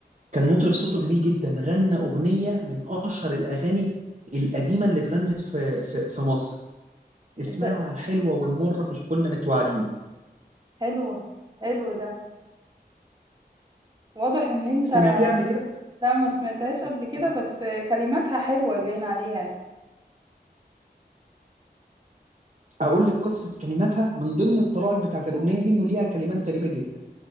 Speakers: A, on the right; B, on the right.
A: كان مطرب صوته جميل جدا غنى اغنيه من اشهر الاغاني القديمه اللي اتغنت في في في مصر اسمها
B: انت
A: الحلوه والمره مش كنا متوعدين
B: حلو حلو ده واضح ان انت
A: سمعتيها قبل كده
B: لا ما سمعتهاش قبل كده بس كلماتها حلوه باين عليها يعني.
A: اقول لك قصه كلماتها من ضمن الطرائف بتاعت الاغنيه دي انه ليها كلمات غريبه جدا